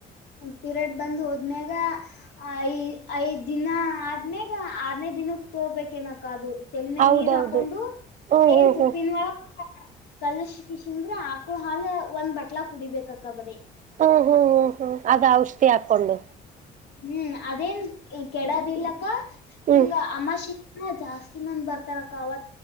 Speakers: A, on the left (about 75°); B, on the right (about 50°).
A: ಪೀರಿಯಡ್ ಬಂದ್ ಹೋದ್ಮ್ಯಾಗ ಐ ಐದ್ ದಿನ ಆದ್ಮ್ಯಾಗ ಆರ್ನೇ ದಿನಕ್ಕೆ ತೋಬೇಕೇನಕ ಅದು ತಲೆ ಮ್ಯಾಗ್
B: ಹೌದೌದು
A: ನೀರ್ ಹಾಕೊಂಡು
B: ಹ್ಮ್
A: ಏನ್
B: ಹ್ಮ್
A: ತುಪ್ಪಿನ
B: ಹ್ಮ್
A: ಹ ಕಲ್ಲಶ ಕಿಸಿಂದ್ರೆ ಆಕಳ ಹಾಲ ಒಂದ್ ಬಟ್ಲಾ ಕುಡಿಬೇಕಕ್ಕ ಬರೀ
B: ಹ್ಮ್ ಹ್ಮ್ ಹ್ಮ್ ಹ್ಮ್ ಅದ್ ಔಷಧಿ ಹಾಕೊಂಡು.
A: ಹ್ಮ್ ಅದೇನ್ ಕೆ ಕೆಡದಿಲ್ಲಕ್ಕ
B: ಹ್ಮ್
A: ಹಿಂಗ ಅಮ್ಮಾಶಿ ಹಾ ಜಾಸ್ತಿ ಮಂದ್ ಬರ್ತಾರಕ್ಕ ಅವ